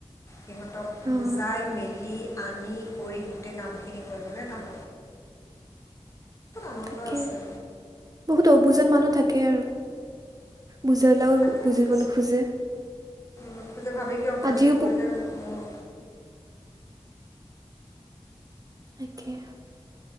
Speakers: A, on the left (about 25°); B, on the right (about 35°).
A: সিহঁতক
B: অ',
A: বুজাই মেলি আনি কৰি গোটেই কামখিনি কৰিবলৈ তাহ আনন্দ
B: থাকে
A: আছে
B: বহুত অবুজন মানুহ থাকে আৰু। বুজালাও
A: থাকে
B: বুজিব
A: কিছু
B: নোখোজে
A: নোখোজে ভাবে কি অপাৰেশ্যন
B: আজিও
A: কৰিলে মোৰ
B: তাকে।